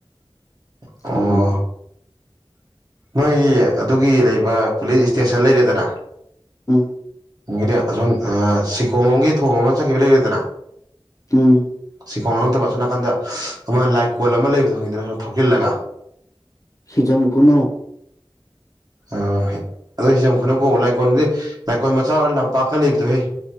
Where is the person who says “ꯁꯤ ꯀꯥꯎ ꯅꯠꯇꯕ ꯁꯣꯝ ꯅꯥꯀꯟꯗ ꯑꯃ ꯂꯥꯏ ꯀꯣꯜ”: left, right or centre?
Right